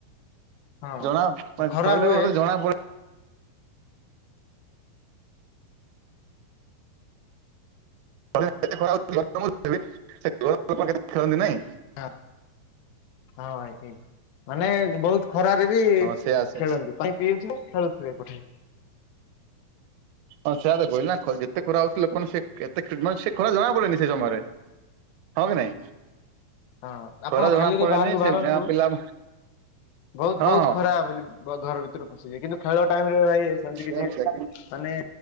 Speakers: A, on the left (about 80°); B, on the right (about 85°).
A: ହଁ।
B: ଜଣା ମାନେ
A: ଖରା
B: ଖ
A: ହୁଏ
B: ମତେ ଜଣା ପଡିବ <inaudible>
A: ହଁ ହଁ ଏ <unintelligible> ମାନେ ବହୁତ ଖରାରେ ବି
B: ହଁ ସେୟା ସେ
A: ଖେଳନ୍ତି ପାଣି ପିଉଥିବେ ଖେଳୁଥିବେ ପୁଣି
B: ହଁ ସେୟଆ ତ କହିଲ ନା ଯେତେ ଖରା ହୋଉଛି ଲୋକ ସେ ଏତେ ମାନେ ସେ ଖରା ଜଣା ପଡେନି ସେ ସମୟରେ ହଁ କି ନାଇଁ
A: ହଁ ଆପଣ
B: ଖରା
A: ଖାଲିରେ
B: ଜଣା ପଡେନି
A: ବାହାରକୁ ବାହାରନ୍ତୁ
B: ସେ ଗାଁ ପିଲା
A: ବହୁତ
B: ହଁ
A: ବହୁତ ଖରା ବୋଲି ଘର ଭିତରେ ପଶିଲେ କିନ୍ତୁ ଖେଳ ଟାଇମ ରେ ଭାଇ ସେମତି କିଛି
B: ହଁ
A: ମାନେ